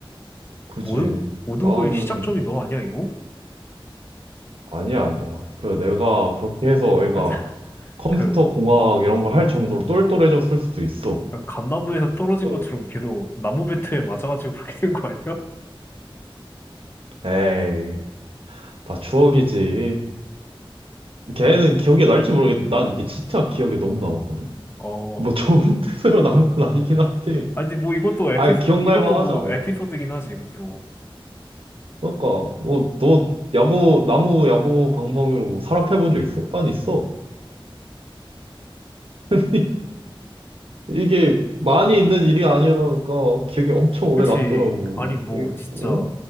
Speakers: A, on the right (about 75°); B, on the left (about 25°).
A: 그지.
B: 모든, 모든
A: 나는
B: 거의 시작점이 너 아니야, 이거?
A: 아니야, 아니야. 그 내가 그렇게 해서 애가
B: <laughs>
A: 컴퓨터
B: 그,
A: 공학 이런 거 할 정도로 똘똘해졌을 수도 있어.
B: 그 감나무에서 떨어진
A: 어.
B: 것처럼 걔도 나무 배트에 맞아가지고 그렇게 된 거 아니야?
A: 에이, 다 추억이지. 걔는 기억이 날지 모르겠는데 난 이게 진짜 기억에 너무 남았거든.
B: 어,
A: 뭐 좋은 <laughs> 뜻으로 남은 건 아니긴 한데.
B: 아니, 근데 뭐 이것도 에피,
A: 아이 기억날
B: 이것도
A: 만하잖아.
B: 뭐 에피소드긴 하지, 이것도.
A: 그러니까 뭐 너 야구 나무 야구 방망이로 사람 패본 적 있어? 난 있어. <laughs> 이게 많이 있는 일이 아니다 보니까 기억에 엄청 오래
B: 그치.
A: 남더라고.
B: 아니, 뭐,
A: 이-
B: 진짜,
A: 어?